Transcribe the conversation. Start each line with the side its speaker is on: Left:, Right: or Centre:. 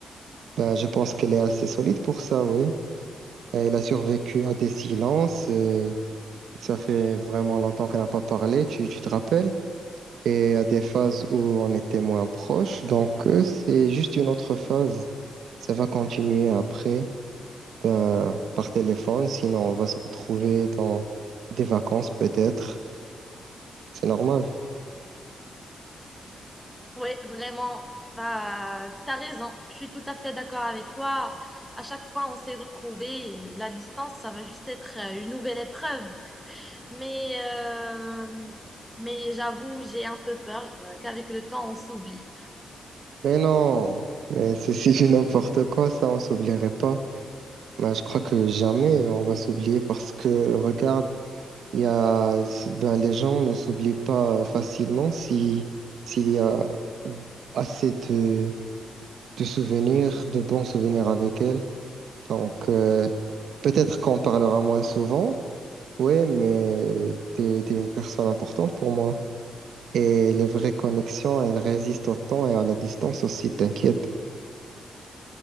Right: Ben, je pense qu'elle est assez solide pour ça, ouais. Ben, elle a survécu à des silences. euh, ça fait vraiment longtemps qu'on n'a pas parlé, tu, tu te rappelles? Et à des phases où on était moins proches. Donc, euh, c'est juste une autre phase. Ça va continuer après, ben, par téléphone. Sinon, on va se retrouver dans des vacances, peut-être. C'est normal.
Centre: Ouais, vraiment. Bah, t'as raison. Je suis tout à fait d'accord avec toi. À chaque fois, on s'est retrouvés. et la distance, ça va juste être euh, une nouvelle épreuve. Mais, euh, mais j'avoue, j'ai un peu peur euh, qu'avec le temps, on s'oublie.
Right: Mais non, mais c'est c'est du n'importe quoi, ça, on s'oublierait pas. Ben, je crois que jamais on va s'oublier parce que regarde, il y a, ben, les gens ne s'oublient pas facilement si, s'il y a mmh, assez de, de souvenirs, de bons souvenirs avec elles. Donc, euh, peut-être qu'on parlera moins souvent, ouais, mais t'es, t'es une personne importante pour moi. Et les vraies connexions, elles résistent au temps et à la distance aussi, t'inquiète.